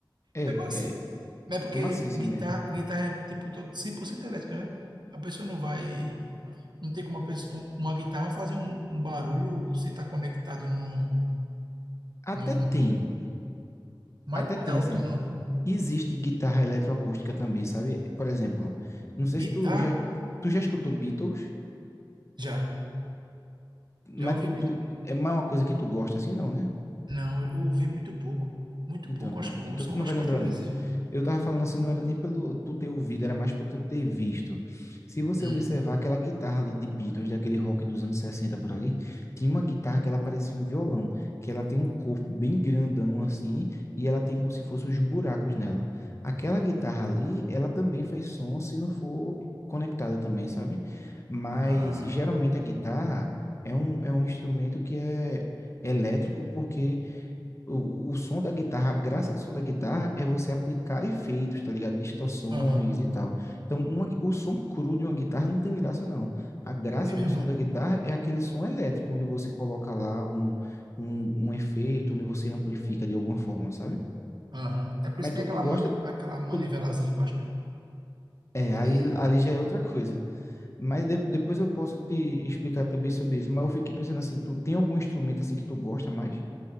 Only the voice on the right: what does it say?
É maciça.
Mas é porque
guitarra,
guitarra é tipo to- 100% elétrica, né? A pessoa não vai. Não tem como uma, pessoa, um- uma guitarra fazer um, um barulho sem estar conectado no,
no.
Mas
não
é alto,
não, pô.
Guitarra,
já.
Já ouvi
Não, eu ouvi muito pouco. Muito
pouco.
Acho que um,
são
umas
quatro
vezes.
Hum.
Ah.
Aham.
É mesmo
não.
Aham. É por
isso que
tem aquela,
mani- aquela manivelazinha
embaixo, né?
Pra poder.